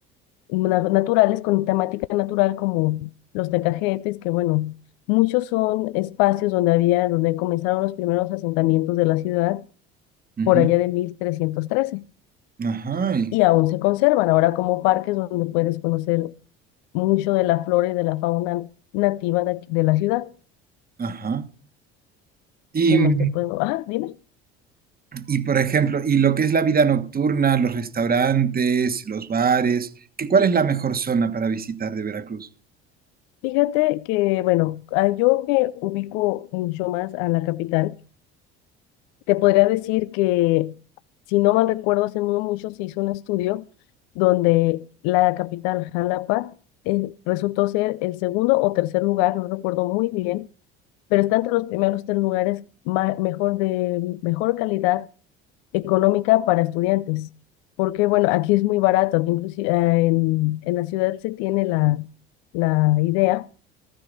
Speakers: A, on the left; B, on the right.
A: na- naturales con temática natural como los Tecajetes, que bueno, muchos son espacios donde había, donde comenzaron los primeros asentamientos de la ciudad
B: ujú,
A: por allá de 1313
B: ajá, y-
A: y aún se conservan ahora como parques donde puedes conocer mucho de la flora y de la fauna nativa de aquí- de la ciudad.
B: ajá. Y,
A: ¿Qué más te puedo? Ah, dime.
B: y, por ejemplo, y lo que es la vida nocturna, los restaurantes, los bares, ¿qué, cuál es la mejor zona para visitar de Veracruz?
A: Fíjate que, bueno, ah, yo que ubico mucho más a la capital, te podría decir que, si no mal recuerdo, hace no mucho se hizo un estudio donde la capital, Jalapa, eh, resultó ser el segundo o tercer lugar, no recuerdo muy bien, pero está entre los primeros tres lugares ma- mejor de mejor calidad económica para estudiantes, porque bueno, aquí es muy barato, aquí inclusive en, en la ciudad se tiene la, la idea,